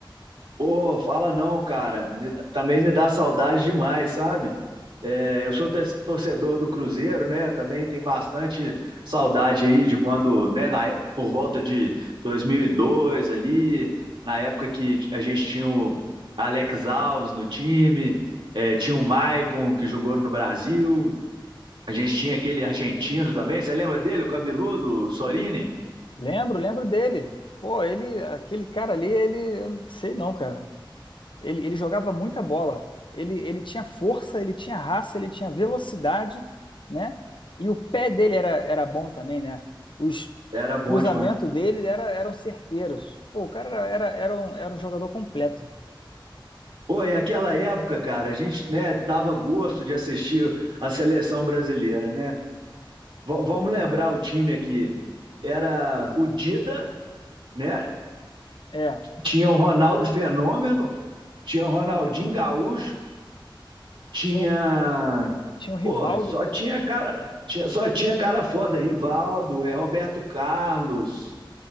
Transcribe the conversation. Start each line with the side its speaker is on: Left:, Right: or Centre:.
Right: Ô, fala não, cara. Me dá- também me dá saudade demais, sabe? É, eu sou tes- torcedor do Cruzeiro, né? Também tem bastante saudade aí de quando, né, na, é, por volta de 2002 ali, na época que a gente tinha o Alex Alves no time, é, tinha o Maicon que jogou no Brasil, a gente tinha aquele argentino também, você lembra dele, o cabeludo, o Sorini?
Left: Lembro, lembro dele. Pô, ele, aquele cara ali, ele, eu não sei não, cara. Ele, ele jogava muita bola. Ele, ele tinha força, ele tinha raça, ele tinha velocidade, né? E o pé dele era, era bom também, né? Os
Right: Era bom
Left: cruzamentos
Right: demais.
Left: dele era, eram certeiros. Pô, o cara era, era, era, um, era um jogador completo.
Right: Pô, e aquela época, cara, a gente, né, dava gosto de assistir a seleção brasileira, né? V- vamos lembrar o time aqui. Era o Dida, né?
Left: É,
Right: Tinha o Ronaldo Fenômeno, tinha o Ronaldinho Gaúcho, tinha,
Left: tinha, o- tinha o Rivaldo.
Right: pô, só tinha cara, tinha- só tinha cara foda, Rivaldo, é Roberto Carlos,